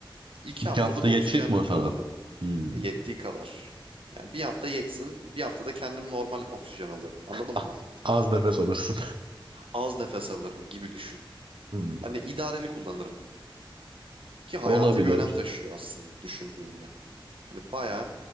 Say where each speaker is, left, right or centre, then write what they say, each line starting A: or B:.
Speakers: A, on the right (about 80°); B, on the right (about 65°).
A: İki
B: İki
A: haftalık
B: hafta geçecek
A: oksijen
B: mi
A: tüpü
B: o sana?
A: alırdım.
B: Hmm.
A: Yettiği kadar. Yani bir hafta yetsin, bir haftada kendim normal oksijen alırım. Anladın
B: Ah,
A: mı?
B: Az nefes alırsın.
A: Az nefes alırım gibi düşün.
B: <laughs> hmm,
A: Hani idareli kullanırım. Ki hayati
B: Olabilir.
A: bir önem taşıyor aslında düşündüğünde. Hani bayağı,